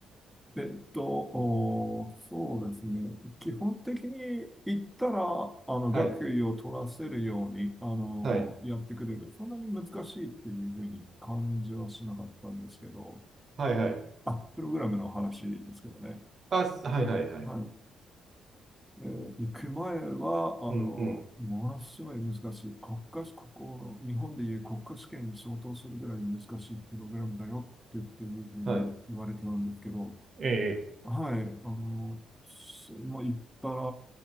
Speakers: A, in the centre; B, on the right (about 45°).
A: えっと、おーそうですね。基本的に言ったら、あの、
B: はい、
A: 学位を取らせるように、あの、
B: はい、
A: やってくれる。そんなに難しいっていうふうに感じはしなかったんですけど、
B: はい、はい。
A: あ、プログラムの話ですけどね。
B: あ、すはい、はい、はい。
A: はい。えー行く前は、あの、
B: うん、うん、
A: ものすごい難しい。国家、ここ、日本でいう国家試験に相当するぐらい難しいプログラムだよって言っていうふうに言われてたんですけど、
B: はい、ええ、ええ
A: はい、あの、す今言ったら、